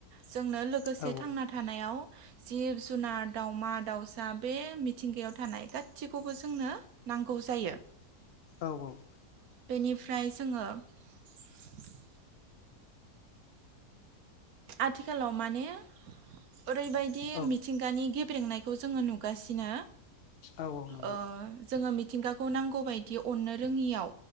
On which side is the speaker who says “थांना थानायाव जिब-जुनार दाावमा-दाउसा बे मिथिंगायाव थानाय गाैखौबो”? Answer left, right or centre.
Right